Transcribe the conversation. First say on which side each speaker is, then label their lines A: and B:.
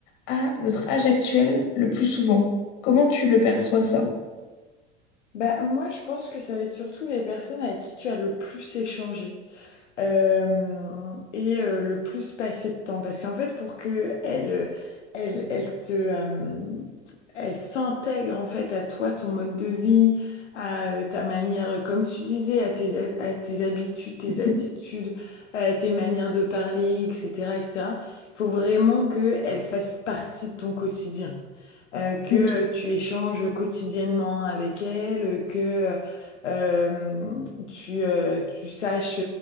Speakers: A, on the left; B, on the left.
A: à notre âge actuel le plus souvent? Comment tu le perçois ça?
B: Bah moi je pense que ça va être surtout les personnes avec qui tu as le plus échangé. euh, et euh, le plus passer de temps. Parce qu'en fait, pour que elle, euh, elle, elle se, euh, elle s'intègre en fait à toi, ton mode de vie, à euh, ta manière, euh, comme tu disais, à tes, a- à tes habitudes, tes attitudes,
A: Mhm.
B: à tes manières de parler, etc., etc. Il faut vraiment que elle fasse partie de ton quotidien euh, que
A: Ok,
B: tu échanges quotidiennement avec elle, que euh, tu, euh, tu saches